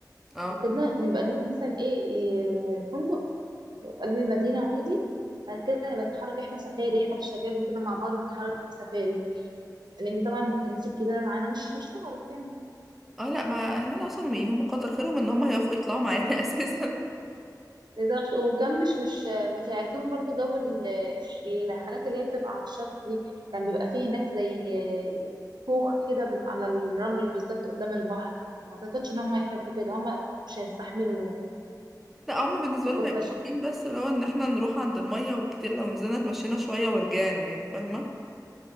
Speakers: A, in the centre; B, on the right.
A: اه
B: وكده نبقى نروح مثلا ايه إيه، فندق في قلب المدينة عادي بعد كده أنا بنتحرك احنا سفاري احنا الشباب وكده مع بعض بنتحرك في سفاري لأن طبعا الناس الكبيرة معانا مش مش هتعرف يعني
A: اه لا ما اهلنا اصلا يعني هم كتر خيرهم ان هم هيوافقوا يطلعوا معانا <laughs> اساسا
B: بالظبط وكان مش مش مش هيعجبهم برضه جو ال- الحاجات اللي هي بتبقى على الشط دي كان بيبقى فيه هناك زي كوخ كده بيبقى على الرمل بالظبط قدام البحر ما أعتقدش إن هم يحبوا كده هم مش هيستحملوا يعني
A: لا هم بالنسبه
B: فكنت
A: لهم هيبقوا
B: عشان
A: حابين بس اللي هو ان احنا نروح عند الميه والكتير لو نزلنا اتمشينا شويه ورجعنا يعني فاهمه